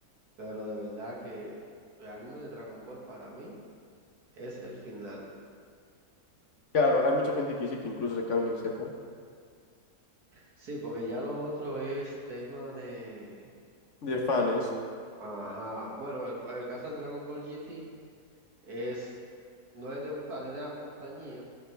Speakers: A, on the right (about 75°); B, on the left (about 50°).
A: Pero de verdad que el anime de Dragon Ball para mí es el final.
B: Claro, hay mucha gente que dice que incluso se quedan en el Z,
A: Sí, porque ya lo otro es tema de...
B: de fans.
A: Ajá. Bueno, el, el caso de Dragon Ball GT es... No es de un fan, es de la compañía.